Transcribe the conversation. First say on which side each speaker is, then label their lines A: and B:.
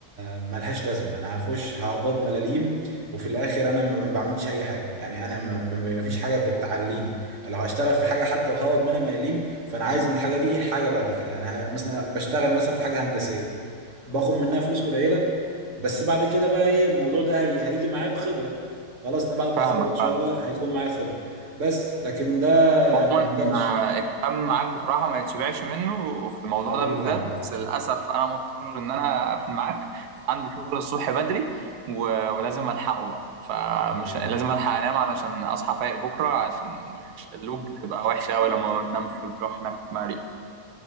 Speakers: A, on the right; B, on the right.
A: ملهاش لازمه انا هخش هقبض ملاليم وفي الاخر انا ما بعملش اي حاجه يعني انا ما ما فيش حاجه بتعليني لو هشتغل في حاجه حتى وهوب منها ما يليم فانا عايز من الحاجه دي حاجه بعد كده يعني ه- مثلا بشتغل مثلا في حاجه هندسيه باخد منها فلوس قليله بس بعد كده بقى ايه الموضوع ده هي... هيجي معايا بخبره خلاص انا بعد التخرج
B: فاهمك
A: ان شاء
B: فاهمك
A: الله هيكون معايا خبره بس لكن ده
B: عموما
A: ما كانش
B: آه، الكلام معاك بصراحة ما يتشبعش منه وفي الموضوع
A: حبيبي
B: ده بالذات
A: يا عبد
B: بس
A: الله
B: للأسف أنا مضطر إن أنا أقفل معاك عندي شغل الصبح بدري و- ولازم ألحقه بقى فمش
A: حبيبي
B: لازم
A: يا عبد الله
B: ألحق أنام علشان أصحى فايق بكرة عشان اللوب بتبقى وحشة أوي لما ما بتنامش وتروح هناك معرفة